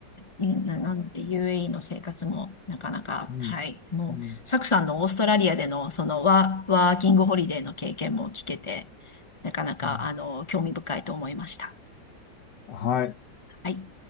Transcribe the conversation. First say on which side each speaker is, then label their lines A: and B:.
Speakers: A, on the left; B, on the left.
A: い。な、
B: は
A: なんで UAE の生活もなかなか、
B: い、うん、
A: はい。もう、
B: うん、
A: サクさんのオーストラリアでのそのワ、ワーキングホリデーの経験も聞けて、なかなか、
B: うん。
A: あの、興味深いと思いました。
B: はい。
A: はい。